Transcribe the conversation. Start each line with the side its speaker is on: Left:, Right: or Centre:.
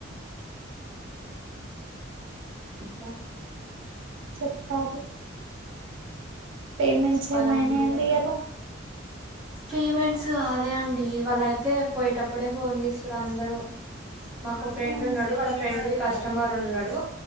Centre: లా
Right: చెప్పాలి పేమెంట్స్
Centre: చెప్పాలండి
Right: ఏం అయ్యినయ్
Centre: మీరే
Right: యంబిఎ లో
Centre: పేమెంట్స్ కాలే అండి ఈవాళ అయితే పోయేటప్పుడే ఫోన్ చేస్తుర్రు అందరూ మాకో ఫ్రెండ్
Right: ఆ
Centre: ఉన్నాడు. వాళ్ళ ఫ్రెండ్ది కస్టమర్ ఉన్నాడు